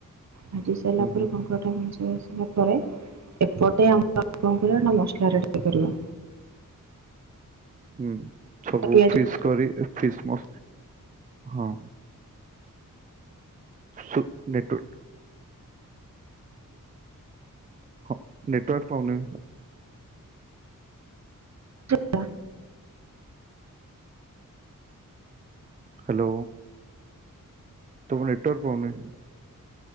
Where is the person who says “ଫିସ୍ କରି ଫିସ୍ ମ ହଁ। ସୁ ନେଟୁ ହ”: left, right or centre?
Right